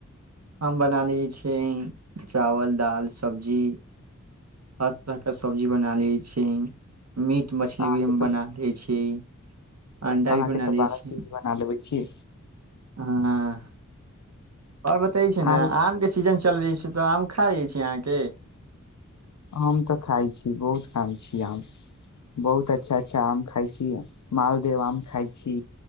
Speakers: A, on the right (about 60°); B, on the left (about 70°).
A: हम बना लै छियै चावल दालि सब्जी हर तरहके सब्जी बना लै छियै मीट मछली
B: अहाँके
A: भी हम
B: तऽ
A: बना लै छियै अंडा
B: अहाँके
A: भी बना
B: तऽ
A: लिय
B: बारह
A: छी
B: चीज बना लेबै छियै
A: अंह् आओर बते
B: अहाँके
A: छै ने आम के सीजन चल रहे छै तऽ आम खा रह छी अहाँके
B: आम तऽ खाइ छी बहुत खाइ छी आम बहुत अच्छा अच्छा आम खाइ छी मालदेव आम खाइछी